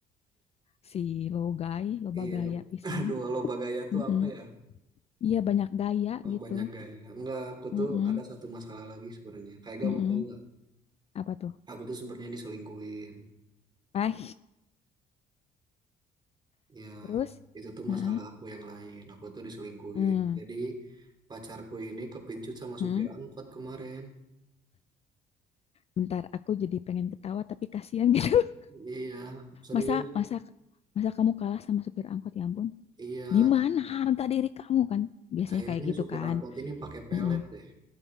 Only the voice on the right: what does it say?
iya.
<laughs> Aduh, loba gaya tuh
apa ya?
Oh,
banyak gaya. Enggak, aku
tuh ada satu masalah lagi sebenarnya. Kayak gak
mau tau nggak?
Aku tuh sebenarnya diselingkuhin.
Ya,
itu tuh
masalah aku yang lain. Aku tuh diselingkuhin.
Jadi pacarku ini kepincut sama
supir angkot kemarin.
Iya, serius.
Iya,
kayaknya
supir
angkot ini pakai pelet
deh,